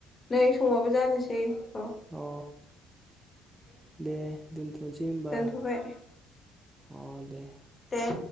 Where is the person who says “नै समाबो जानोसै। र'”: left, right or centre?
Left